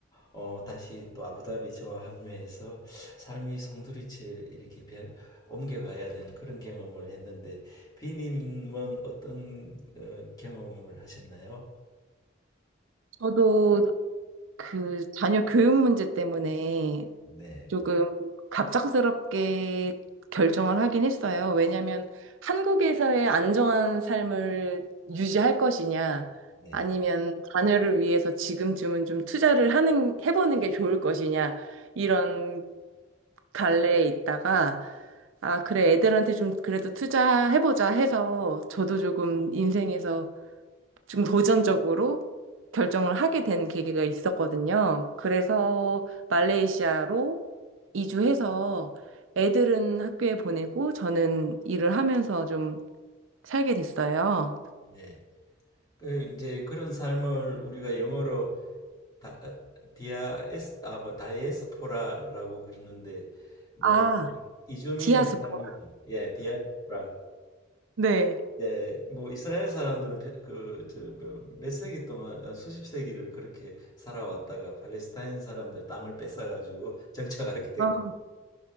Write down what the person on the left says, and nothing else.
어, 다시 또 아부다비 저와 합류해서 삶이 송두리째 이렇게 변- 옮겨가야 되는 그런 경험을 했는데 비님은 어떤 어, 경험을 하셨나요?
네,
네,
네. 그 이제 그런 삶을 우리가 영어로 다, 어, 디아에스 아뭐 다이에스포라라고 그러는데 뭐
이주민의
삶이죠. 예, 디아스포라.
예, 뭐 이스라엘 사람들은 그저몇 세기 동안 아, 수십 세기를 그렇게 살아왔다가 팔레스타인 사람들 땅을 뺏어가지고 <laughs> 정착하게 된
거.